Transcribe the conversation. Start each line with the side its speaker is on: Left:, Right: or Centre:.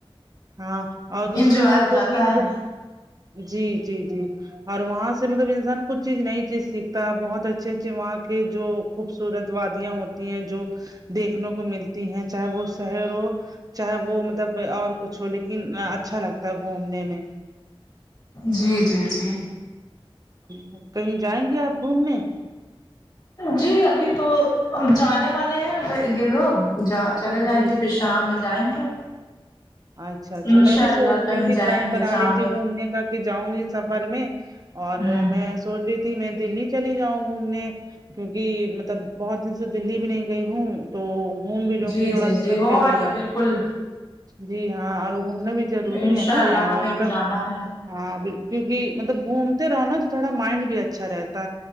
Right: ہاں اور دوسرے
Left: انجوائے
Right: ملکوں
Left: ہو جاتا
Right: کی مطلب
Left: ہے
Right: جی جی جی اور وہاں سے مطلب انسان کچھ چیز نئی چیز سیکھتا ہے بہت اچھے اچھے وہاں کے جو خوبصورت وادیاں ہوتی ہیں جو دیکھنے کو ملتی ہیں چاہے وہ شہروں چاہے وہ مطلب اور کچھ ہو لیکن اچھا لگتا ہے گھومنے میں
Left: جی جی جی
Right: ہوں کہیں جائیں گے آپ گھومنے
Left: جی ابھی تو جانے والے ہیں یہ لوگ جا چلے جائیں
Right: جی
Left: گے پش شام میں جائیں گے
Right: اچھا اچھا
Left: انشاء
Right: میں بھی
Left: اللہ
Right: سوچ رہی
Left: کہیں
Right: تھی
Left: جائیں
Right: پلان بنا
Left: گے شام
Right: رہی تھی
Left: میں
Right: گھومنے کا کر کے جاؤں گی سفر میں اور
Left: ہوں
Right: میں سوچ رہی تھی میں دلی چلی جاؤں گھومنے کیونکہ مطلب بہت دن سے دللی بھی نہیں گئی ہوں تو ہوم بھی لوں
Left: جی
Right: گی تھوڑا
Left: جی
Right: اچھا
Left: جی ہو
Right: بھی لگے
Left: آئیے
Right: گا
Left: بالکل
Right: جی ہاں اور گھومنا بھی ضروری
Left: انشاء
Right: ہے نا
Left: اللہ ہمیں
Right: مطب
Left: بھی جانا ہے
Right: ہاں کیونکہ مطلب گھومتے رہو نا تو تھوڑا مائنڈ بھی اچھا رہتا